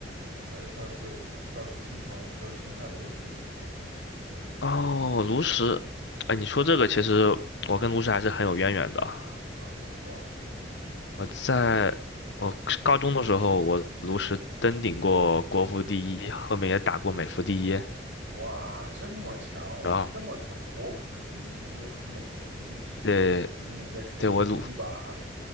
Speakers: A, on the right; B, on the left.
A: 呃，倒是倒是听朋友说现在炉石挺好玩的
B: 哦，炉石，哎，你说这个其实我跟炉石还是很有渊源的。
A: 啊，怎么说？
B: 我在我高中的时候，我炉石登顶过国服第一，后面也打过美服第一，
A: 哇，这么强哦，
B: 然后
A: 这么强，国服第一和美服第一，
B: 对。
A: 兄弟你在吹牛逼吧？
B: 对，我炉